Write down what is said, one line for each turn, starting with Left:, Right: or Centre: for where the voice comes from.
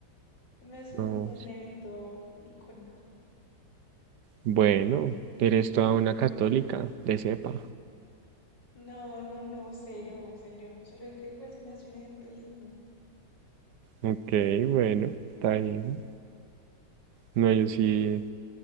Left: Se me hace un,
Right: no.
Left: un evento icónico.
Right: Bueno, eres toda una católica, de cepa.
Left: No, no, no, cero, cero. Solo que igual se me hace un evento lindo.
Right: Ok, bueno, está bien. No, yo sí